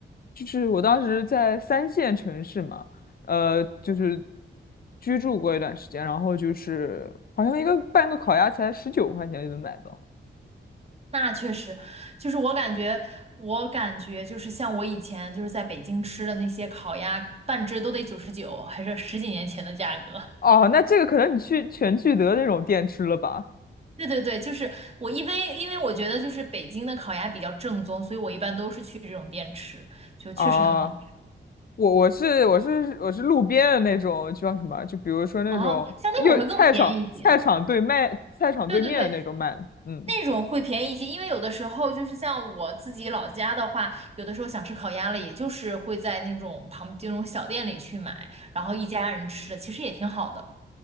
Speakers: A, on the left; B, on the right.
A: 就是我当时在三线城市嘛，呃，就是居住过一段时间，然后就是好像一个半个烤鸭才十九块钱就能买到。
B: 那确实，就是我感觉，我感觉就是像我以前就是在北京吃的那些烤鸭，半只都得九十九，还是十几年前的价格。<laughs>
A: 哦，那这个可能你去全聚德那种店吃了吧？
B: 对对对，就是我因为因为我觉得就是北京的烤鸭比较正宗，所以我一般都是去这种店吃，就确实很好吃。
A: 啊，我我是我是我是路边的那种叫什么？就比如说那种又菜场菜场对卖菜场对面的那种卖的嗯，
B: 哦，像那种会更便宜一些。对对对，那种会便宜一些，因为有的时候就是像我自己老家的话，有的时候想吃烤鸭了，也就是会在那种旁这种小店里去买，然后一家人吃的，其实也挺好的。